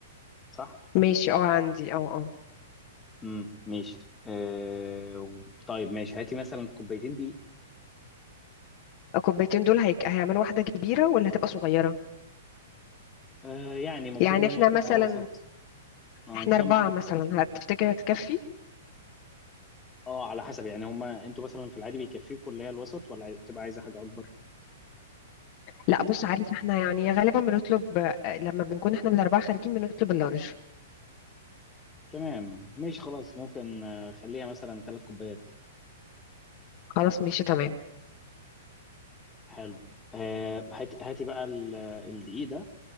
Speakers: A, on the left (about 15°); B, on the left (about 40°).
A: صح
B: ماشي اه عندي اه اه
A: امم ماشي آه، طيب ماشي هاتي مثلا كوبايتين دي
B: الكوبايتين دول هيك هيعملوا واحدة كبيرة ولا هتبقى صغيرة
A: آه، يعني المفروض
B: يعني
A: ان
B: احنا
A: هي تبقى
B: مثلا
A: وسط آه،
B: احنا
A: انتوا
B: أربعة
A: كام واحد
B: مثلا هتفتكر هتكفي
A: اه على حسب يعني هما انتوا مثلا في العادي بيكفيكوا اللي هي الوسط ولا عايز- بتبقى عايزه حاجه اكبر
B: لا بص عارف احنا يعني غالبا بنطلب آه، لما بنكون احنا الأربعة خارجين بنطلب اللارج
A: تمام ماشي خلاص ممكن آه، خليها مثلا ثلاث كوبايات
B: خلاص ماشي تمام
A: حلو آه، هات- هاتي بقى ال- الدقيق ده